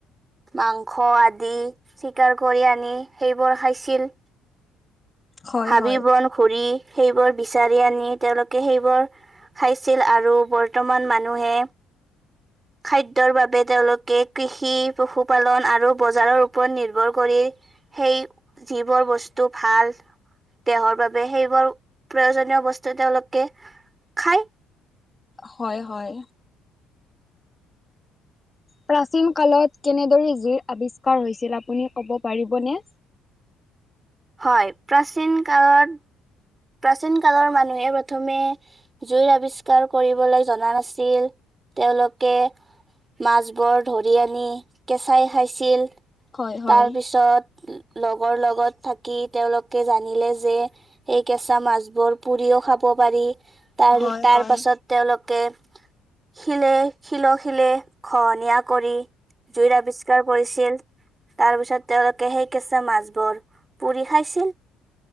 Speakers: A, on the right; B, on the left.
A: মাংস আদি চিকাৰ কৰি আনি সেইবোৰ খাইছিল।
B: হয়
A: হাবি
B: হয়।
A: বন ঘূৰি, সেইবোৰ বিচাৰি আনি তেওঁলোকে সেইবোৰ খাইছিল আৰু বৰ্তমান মানুহে খাদ্যৰ বাবে তেওঁলোকে কৃষি পশুপালন আৰু বজাৰৰ ওপৰত নিৰ্ভৰ কৰি সেই যিবোৰ বস্তু ভাল। দেহৰ বাবে সেইবোৰ প্ৰয়োজনীয় বস্তু তেওঁলোকে খায়।
B: হয় হয়। প্ৰাচীন কালত কেনেদৰে জুইৰ আৱিষ্কাৰ হৈছিল, আপুনি ক'ব পাৰিবনে?
A: হয়, প্ৰাচীন কালত প্ৰাচীন কালৰ মানুহে প্ৰথমে জুইৰ আৱিষ্কাৰ কৰিবলৈ জনা নাছিল তেওঁলোকে। মাছবোৰ ধৰি আনি কেঁচাই খাইছিল।
B: হয় হয়
A: তাৰ পিছত লগৰ লগত থাকি, তেওঁলোকে জানিলে যে এই কেঁচা মাছবোৰ পুৰিও খাব পাৰি তাৰ
B: হয়
A: তাৰ
B: হয়।
A: পাছত তেওঁলোকে শিলে শিলক শিলে ঘহনীয়া কৰি জুইৰ আৱিষ্কাৰ কৰিছিল। তাৰ পিছত তেওঁলোকে সেই কেঁচা মাছবোৰ পুৰি খাইছিল।